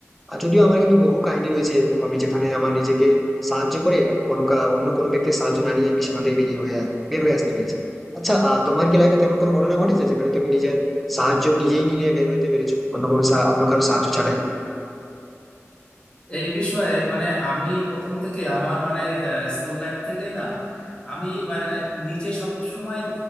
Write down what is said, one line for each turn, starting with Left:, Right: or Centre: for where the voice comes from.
Centre: আর যদিও আমার কিন্তু বহু কাহিনী রয়েছে এরকম আমি যেখানে আমার নিজেকে সাহায্য করে কোনো কা- অন্য কোনো ব্যক্তির সাহায্য না নিয়ে আমি সেখান থেকে বেরিয়ে হয়ে বের হয়ে আসতে পেরেছি আচ্ছা আহ, তোমার কি লাইফে তেমন কোনো ঘটনা ঘটেছে যেখানে তুমি নিজের সাহায্য নিজেই নিয়ে বের হতে পেরেছো অন্য কোনো সা- অন্য কারো সাহায্য ছাড়াই
Left: এই বিষয়ে মানে আমি প্রথম থেকে আমার মানে স্কুল লাইফ থেকেই না আমি মানে নিজে সব সময়